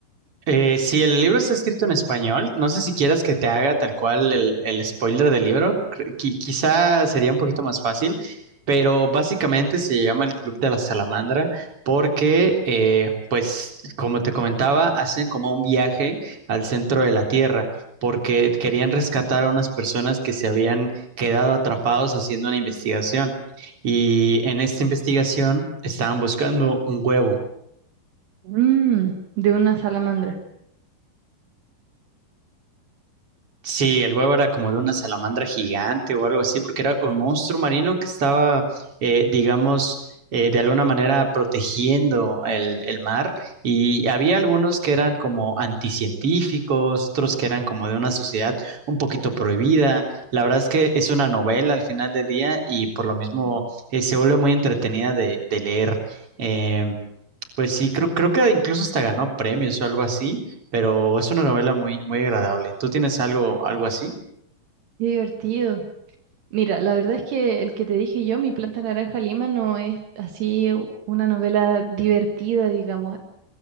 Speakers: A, on the right; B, on the right.
A: Eh, si el libro está escrito en español, no sé si quieras que te haga tal cual el, el spoiler del libro, cre- qui- quizá sería un poquito más fácil, pero básicamente se llama el Club de la Salamandra porque, eh, pues, como te comentaba, hacen como un viaje al centro de la Tierra porque querían rescatar a unas personas que se habían quedado atrapados haciendo una investigación y en esta investigación estaban buscando un huevo.
B: Mm, de una salamandra.
A: Sí, el huevo era como de una salamandra gigante o algo así, porque era un monstruo marino que estaba, eh, digamos, eh, de alguna manera protegiendo el, el mar. Y había algunos que eran como anticientíficos, otros que eran como de una sociedad un poquito prohibida. La verdad es que es una novela al final del día y por lo mismo
B: Ujú.
A: eh, se vuelve muy entretenida de, de leer. Eh, pues sí, creo, creo que incluso hasta ganó premios o algo así pero es una novela muy, muy agradable. ¿Tú tienes algo, algo así?
B: Qué divertido. Mira, la verdad es que el que te dije yo, Mi planta naranja Lima, no es así u- una novela divertida, digamos.